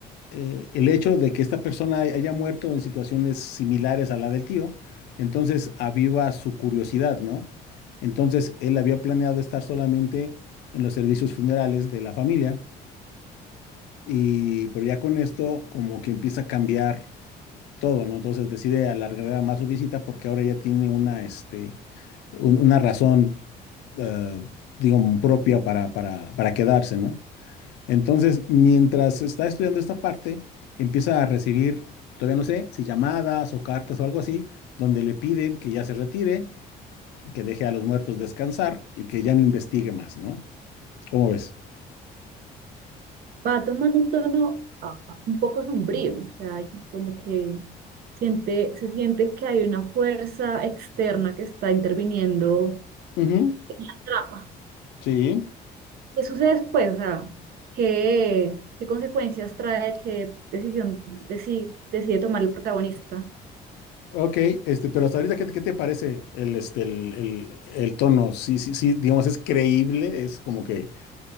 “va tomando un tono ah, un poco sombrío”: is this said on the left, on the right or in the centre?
Right